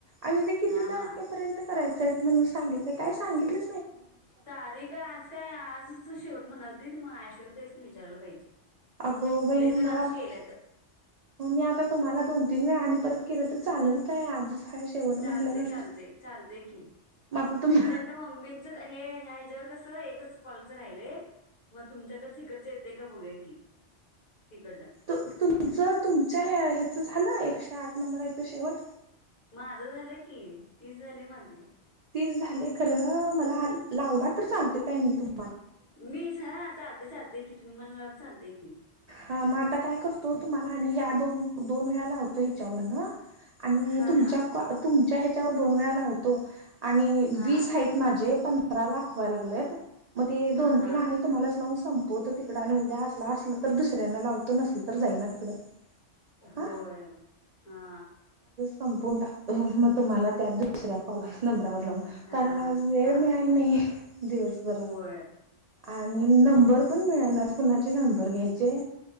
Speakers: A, on the right; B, on the left.
A: आणि ते किती
B: हा
A: तारखेपर्यंत
B: हा
A: करायचय म्हणून सांगितले काय सांगितलं
B: तारीख आज काय आजच शेवट म्हणालतित मग आश्वर्या ताईसनी विचारायला पाहिजे
A: अगो बाई
B: लई
A: मग
B: जण
A: मला-
B: आज
A: मग
B: केल्यात
A: मी आता तुम्हाला दोन- तीन वेळा आणि परत केले तर चालेल काय आजच? हाय शेवट
B: चालतय-चालतय-
A: म्हटल्यानंतर
B: चालतय की म्हणजे
A: मग आता तुम
B: आता मम्मींच हे ह्याच्यावर कस एकच कॉलच राहिलय मग तुमच्याकडच हिकडच येतय का बघू या की तिकडनं
A: तुमच -तुमच्या ह्याच झालं एकशे आठ नंबर आहे तो शेवट
B: माझं झालं की तीस झाली माझे
A: तीस झाले खर मला- लावला तर- चालतय काय मी तुम्हासनी
B: मीच हा चालते चालते की तुम्ही मला लावत चालतय की
A: हा मग आता काय करतो तुम्हाला आणि ह्या दोन- दोन वेळा लावतो ह्याच्यावर न आणि
B: हा
A: तुमच्या-
B: हा
A: तुमच्या ह्याच्यावर दोन वेळा लावतो आणि
B: हा
A: वीस आहेत माझे सतरा दाखवाय लागलेत
B: हा
A: मग ते
B: हा
A: दोन
B: हा
A: -तीन आणि तुम्हाला लावून संपवतो तिकड आणि उद्या असला-
B: स-
A: अस दुसऱ्यांना लावतो नसल तर जाई ना तिकडं
B: होय
A: हा
B: हा
A: संपून टाकतो <inaudible> तुम्हाला त्या दुसऱ्या कॉल- नंबरावर लावू
B: हा
A: कारण आज वेळ
B: हा
A: मिळाय नाही दिवसभर
B: होय
A: आणि नंबर <inaudible> पण मिळाल्यात कुणाचे नंबर घ्यायचे